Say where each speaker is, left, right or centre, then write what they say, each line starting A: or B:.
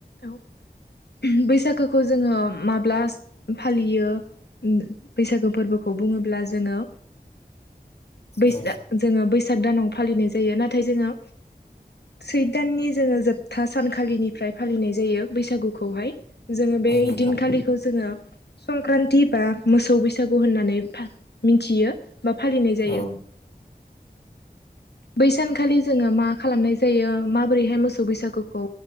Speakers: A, on the left; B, on the left.
A: औ बैसागोखौ जोङो माब्ला फालियो ओम बैसागो फोरबो खौ बुङोब्ला जोङो बैसाग
B: औ
A: जोङो बैसाग दानाव फालिनाय जायो। नाथाय जोङो सैथ दाननि जोङो जोब था सानखालिनिफ्राय फालिनाय जायो बैसागुखौहाय, जोङो बे
B: औ नोंथां
A: दिनखालिखौ जोङो संक्रान्ति बा मोसौ बैसागु होननानै फा मिथियो बा फालिनाय जायो।
B: औ
A: बै सानखालि जोङो मा खालामनाय जायो, माबोरैहाय मोसौ बैसागुखौ